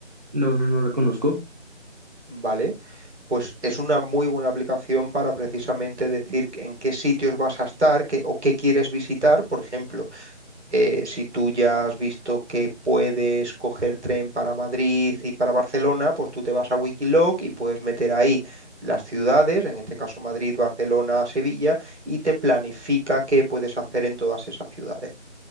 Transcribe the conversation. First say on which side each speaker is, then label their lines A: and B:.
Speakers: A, on the right (about 40°); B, on the right (about 70°).
A: No, no, no la conozco.
B: ¿vale? Pues es una muy buena aplicación para precisamente decir en qué sitios vas a estar qué- o qué quieres visitar, por ejemplo. eh, si tú ya has visto que puedes coger tren para Madrid y para Barcelona, pues tú te vas a Wikiloc y puedes meter ahí las ciudades, en este caso Madrid, Barcelona, Sevilla, y te planifica qué puedes hacer en todas esas ciudades.